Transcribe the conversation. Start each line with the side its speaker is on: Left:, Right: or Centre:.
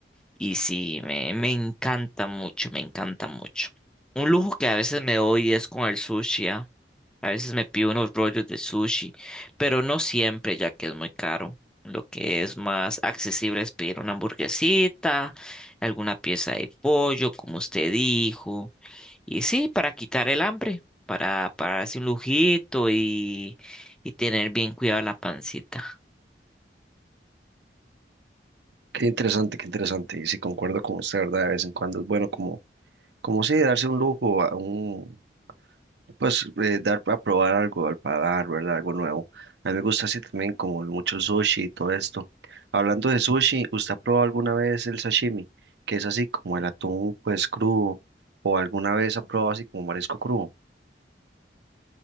Centre: Y sí, me, me encanta mucho, me encanta mucho. Un lujo que a veces me doy es con el sushi. ¿ah? A veces me pido unos rollos de sushi, pero no siempre, ya que es muy caro. Lo que es más accesible es pedir una hamburguesita, alguna pieza de pollo, como usted dijo. Y sí, para quitar el hambre, para, para darse un lujito y, y tener bien cuidada la pancita.
Right: Qué interesante, qué interesante. Y sí, concuerdo con usted, ¿verdad? De vez en cuando es bueno como, como sí, darse un lujo, a un, pues eh, dar a probar algo al paladar, ¿verdad? Algo nuevo. A mí me gusta así también como mucho sushi y todo esto. Hablando de sushi, ¿usted ha probado alguna vez el sashimi? Que es así como el atún pues crudo o alguna vez ha probado así como marisco crudo.